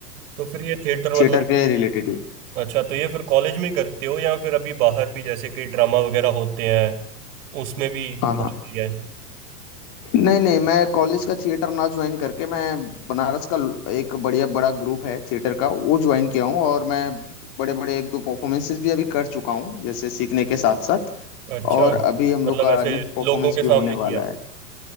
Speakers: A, on the right; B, on the left.
A: तो फिर ये थिएटर मतलब
B: थिएटर के रिलेटेड ही
A: अच्छा तो ये फिर कॉलेज में ही करते हो या फिर अभी बाहर भी जैसे कई ड्रामा वगैरह होते हैं उसमें भी
B: हाँ
A: भाग
B: हाँ
A: लिया है
B: नहीं नहीं मैं कॉलेज का थिएटर ना ज्वाइन करके मैं बनारस का एक बढ़िया बड़ा ग्रुप है थिएटर का वो ज्वाइन किया हूँ और मैं बड़े बड़े एक दो परफॉर्मेंसेस भी अभी कर चुका हूँ जैसे सीखने के साथ साथ
A: अच्छा
B: और अभी हम
A: मतलब
B: लोग का
A: ऐसे
B: नेक्स्ट परफॉर्मेंस
A: लोगों के
B: भी
A: सामने
B: होने
A: किया
B: वाला
A: है
B: है